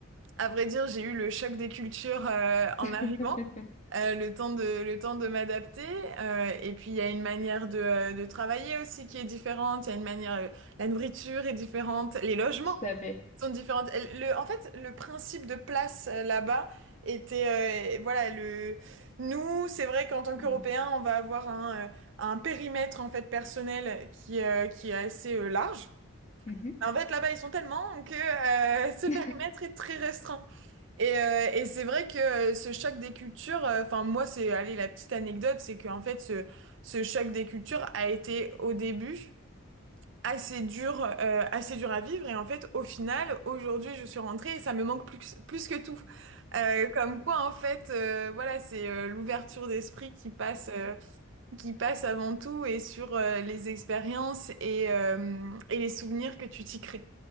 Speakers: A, on the right; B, on the left.
A: à vrai dire, j'ai eu le choc des cultures euh, en
B: <laughs>
A: arrivant,
B: tout
A: euh, le temps de, le temps de m'adapter. euh, et puis, il y a une manière de, euh, de travailler aussi qui est différente. Il y a une manière, euh, la nourriture est différente, les logements
B: à fait.
A: sont différents. Elle- Le, en fait, le principe de place euh, là-bas était, euh, voilà, le, nous, c'est vrai qu'en tant
B: Mm.
A: qu'Européens, on va avoir un, euh, un périmètre en fait personnel qui, euh, qui est assez euh, large.
B: Mhm.
A: En fait, là-bas, ils sont tellement que euh, ce
B: <laughs>
A: périmètre est très restreint. Et, euh, et c'est vrai que euh, ce choc des cultures, euh, enfin moi c'est, allez la petite anecdote, c'est qu'en fait ce, ce choc des cultures a été au début assez dur, euh, assez dur à vivre et en fait au final aujourd'hui je suis rentrée et ça me manque plus, que- plus que tout. Euh, comme quoi en fait euh, voilà c'est euh, l'ouverture d'esprit qui passe, euh, qui passe avant tout et sur euh, les expériences et, euh, et les souvenirs que tu t'y crées.